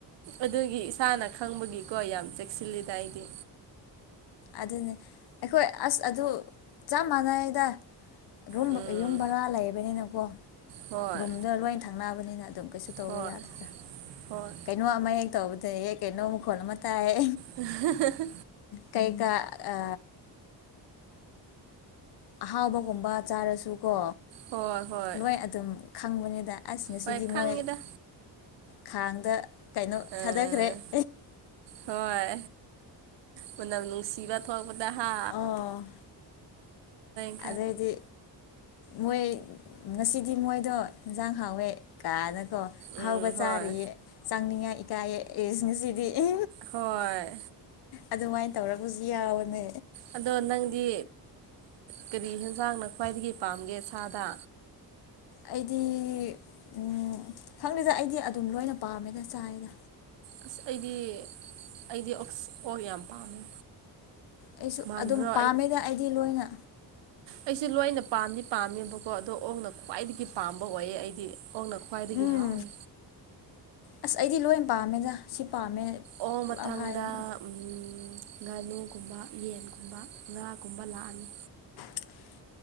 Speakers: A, on the right; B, on the left.
A: ꯑꯗꯨꯒꯤ ꯏꯁꯥꯅ ꯈꯪꯕꯒꯤꯀꯣ ꯌꯥꯝ ꯆꯦꯛꯁꯤꯜꯂꯤꯗ ꯑꯩꯗꯤ
B: ꯑꯗꯨꯅꯤ ꯑꯩꯈꯣꯏ ꯑꯁ ꯑꯗꯨ ꯆꯞ ꯃꯥꯟꯅꯌꯦꯗ ꯔꯨꯝ
A: ꯎꯝ
B: ꯌꯨꯝ ꯕꯥꯔꯥ ꯂꯩꯕꯅꯤꯅꯀꯣ
A: ꯍꯣꯏ
B: ꯔꯨꯝꯗ ꯂꯣꯏ ꯊꯪꯅꯕꯅꯤꯅ ꯑꯗꯨꯝ ꯀꯩꯁꯨ ꯇꯧꯕ
A: ꯍꯣꯏ
B: ꯌꯥꯗꯦꯗ
A: ꯍꯣꯏ
B: ꯀꯩꯅꯣ ꯑꯃ ꯍꯦꯛ ꯇꯧꯕꯗ ꯍꯦꯛ ꯀꯩꯅꯣ ꯃꯈꯣꯜ ꯑꯃ ꯇꯥꯏ
A: ꯍꯥꯍꯥꯍ
B: ꯀꯩꯀ ꯑ ꯑꯍꯥꯎꯕꯒꯨꯝꯕ ꯆꯥꯔꯁꯨ ꯀꯣ
A: ꯍꯣꯏ ꯍꯣꯏ
B: ꯂꯣꯏ ꯑꯗꯨꯝ ꯈꯪꯕꯅꯤꯗ ꯑꯁ ꯉꯁꯤꯗꯤ
A: ꯍꯣꯏ ꯈꯪꯉꯤꯗ
B: ꯃꯣꯏ ꯈꯥꯡꯗ ꯀꯩꯅꯣ
A: ꯑꯥ
B: ꯊꯥꯗꯈ꯭ꯔꯦ ꯫
A: ꯍꯣꯏ ꯃꯅꯝ ꯅꯨꯉꯁꯤꯕꯥ ꯊꯣꯛꯂꯛꯄꯗꯣ ꯍꯥ
B: ꯑꯣ
A: <inaudible>
B: ꯑꯗꯩꯗꯤ꯫ ꯃꯣꯏ ꯉꯁꯤꯗꯤ ꯃꯣꯏꯗꯣ ꯌꯦꯟꯖꯥꯡ ꯍꯥꯎꯋꯦ ꯀꯥꯅ꯫ ꯀꯣ ꯑꯍꯥꯎꯕ
A: ꯎꯝ
B: ꯆꯥꯔꯌꯦ
A: ꯍꯣꯏ
B: ꯆꯪꯅꯤꯡꯉꯥꯏ ꯏꯀꯥꯏꯌꯦ ꯑꯦꯁꯉꯁꯤꯗꯤꯑꯦ꯫
A: ꯍꯣꯏ꯫
B: ꯑꯗꯨꯃꯥꯏꯅ ꯇꯧꯔꯒꯁꯨ ꯌꯥꯎꯕꯅꯦ꯫
A: ꯑꯗꯣ ꯅꯪꯗꯤ ꯀꯔꯤ ꯑꯦꯟꯁꯥꯡꯅ ꯈ꯭ꯋꯥꯏꯗꯒꯤ ꯄꯥꯝꯒꯦ ꯁꯥꯗ꯫
B: ꯑꯩꯗꯤ ꯎꯝ ꯈꯪꯗꯦꯗ ꯎꯝ ꯑꯩꯗꯤ ꯑꯗꯨꯝ ꯂꯣꯏꯅ ꯄꯥꯝꯃꯦꯗ ꯆꯥꯏꯗ꯫
A: ꯑꯁ ꯑꯩꯗꯤ ꯑꯩꯗꯤ ꯑꯣꯁ ꯑꯣꯛ ꯌꯥꯝ ꯄꯥꯝꯃꯦ꯫
B: ꯑꯩꯁꯨ
A: ꯃꯥꯟꯕ꯭ꯔꯣ
B: ꯑꯗꯨꯝ ꯄꯥꯝꯃꯦꯗ ꯑꯩꯗꯤ ꯂꯣꯏꯅ꯫
A: ꯑꯩꯁꯦ ꯂꯣꯏꯅ ꯄꯥꯝꯗꯤ ꯄꯥꯝꯃꯦꯕꯀꯣ ꯑꯗꯣ ꯑꯣꯛꯅ ꯈ꯭ꯋꯥꯏꯗꯒꯤ ꯄꯥꯝꯕ ꯑꯣꯏꯌꯦ ꯑꯩꯗꯤ ꯑꯣꯅ꯫ ꯈꯋ꯭ꯥꯢꯗꯒꯤ
B: ꯎꯝ
A: ꯍꯥꯎꯑꯦ꯫
B: ꯑꯁ ꯑꯩꯗꯤ ꯂꯣꯏ ꯄꯥꯝꯃꯦꯗ ꯁꯤ ꯄꯥꯝꯃꯦ꯫
A: ꯑꯣ
B: ꯄꯨꯂꯞ
A: ꯃꯊꯪꯗ꯫
B: ꯍꯥꯏꯌꯦꯕ
A: ꯎꯝ ꯉꯥꯅꯨꯒꯨꯝꯕ ꯌꯦꯟꯒꯨꯝꯕ ꯉꯥꯒꯨꯝꯕ ꯂꯥꯛꯑꯅꯤ꯫
B: <inaudible>